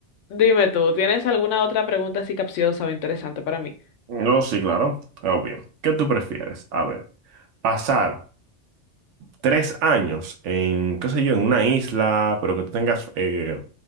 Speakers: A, on the left; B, on the right.
A: dime tú, ¿tienes alguna otra pregunta así capciosa o interesante para mí?
B: No, sí, claro, obvio. ¿Qué tú prefieres? A ver, pasar. tres años en, qué sé yo, en una isla, pero que tú tengas eh,